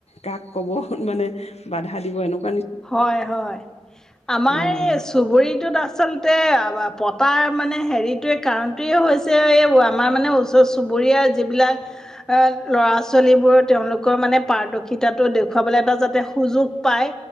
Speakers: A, on the left; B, in the centre.
A: কাক কব মানে বাধা দিব এনেকোৱা
B: হয় হয় আমাৰ
A: অ',
B: এই চুবুৰীটোত আচলতে তাতে পতা মানে হেৰিটোৱে কাৰণটোৱে হৈছে এই আমাৰ মানে ওচৰ চুবুৰীয়া যিবিলাক এ ল'ৰা ছোৱালীবোৰ তেওঁলোকৰ মানে পাৰদৰ্শিতাটো দেখুৱাবলৈ এটা যাতে সুযোগ পায়।